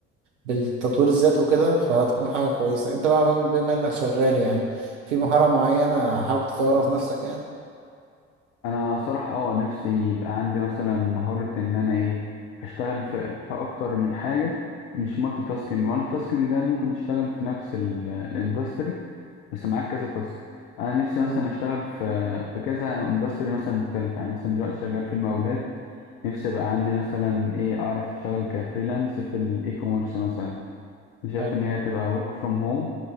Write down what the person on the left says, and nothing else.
انا صراحة اه نفسي يبقى عندي مثلا مهارة ان انا ايه اشتغل في, في اكتر من حاجة مش مالتي تاسكينج مالتي تاسكينج ده ممكن تشتغل في نفس ال- الاندستري بس معاك كذا تاسك انا نفسي مثلا
اشتغل في في كذا اندستري مثلا مختلف يعني مثلا دلوقتي شغال في المقاولات نفسي يبقى عندي مثلا ايه اعرف اشتغل كفريلانس في الاي كوميرس مثلا شايف
ان هي تبقى work from home